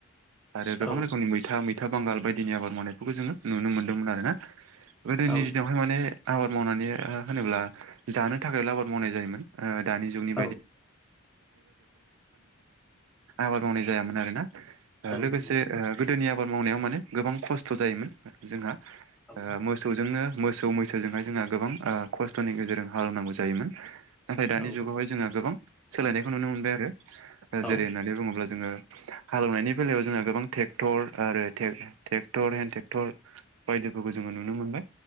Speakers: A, on the right (about 70°); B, in the centre.
A: आरो गोबां
B: औ
A: रोखोमनि मैथा, मैथा बांगाल बायदिनि आबाद मावनायफोरखौ जोङो नुनो मोन्दोंमोन आरो ना। गोदोनि
B: औ
A: दिनावहाय माने आबाद मावनानै ओ होनोब्ला जानो थाखायल' आबाद मावनाय जायोमोन। ओ दानि जुगनि
B: औ
A: बाय ओ
B: औ
A: लोगोसे
B: नंगौ
A: ओ गोदोनि आबाद मावनायाव माने गोबां खस्थ' जायोमोन जोंहा ओ
B: औ
A: मोसौजोंनो मोसौ मैसोजोंहाय जोंहा गोबां ओ खस्थ'नि गेजेरजों हालेवनांगौ जायोमोन। नाथाय दानि
B: औ
A: जुगावहाय जोंहा गोबां सोलायनायखौ नुनो मोनबाय आरो। ओ जेरै
B: औ
A: होननानै बुङोब्ला जोङो हालेवनायनि बेलायाव जोंहा गोबां टेक्टर आरो टेक-टेक्टर हेन्द ट्रेक्टर बाय दिफोरखौ जोङो नुनो मोनबाय।